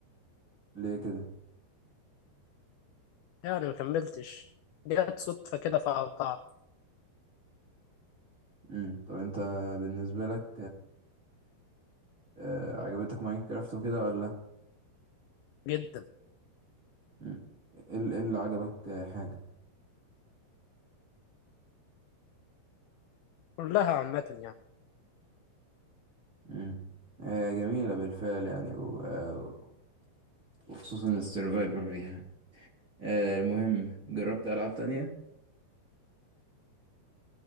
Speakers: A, on the right; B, on the left.
A: ليه كده
B: يعني ما كملتش جت صدفة كده فقطعت
A: امم طب انت بالنسبة لك آه، عجبتك ماينكرافت وكده ولا
B: جدا
A: مم. ايه ال- إيه اللي عجبك آه، حاجة
B: كلها عامة يعني
A: امم آه، جميلة بالفعل يعني و... آه، وخصوصا السيرفايفل فيها آه، المهم جربت ألعاب تانية